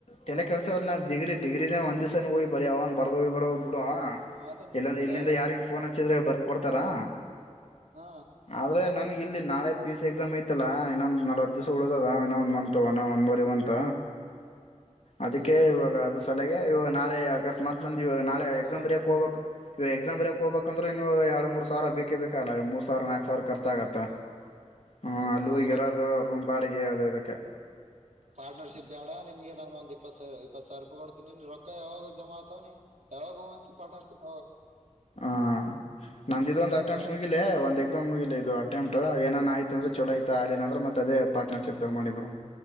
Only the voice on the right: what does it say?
ಹಾ
ಅದ ನಡೀತದ
ಹಾ
ಹ್ಮ್
ಇಲ್
ನೋಡು
ತಮ್ಮ
ಹೌದೌದು
ಹೌದೌದು
ಪಾರ್ಟನರ್ಶಿಪ್ ಬೇಡ ನಿನ್ಗೆ ನಾನನ್ ಒಂದ ಇಪ್ಪತ್ಾವಿರ ಇಪ್ಪತ್ತು ಸಾವಿರ ರೂಪಾಯಿ ಕೊಡ್ತೀನಿ ನೀನ್ ರೊಕ್ಕ ಯಾವಾಗ ಜಮಾ ಆತವಿ ಯಾವಾಗಂತ ಪಾರ್ನರ್ಶಿಪ್
ಎಲ್ಲ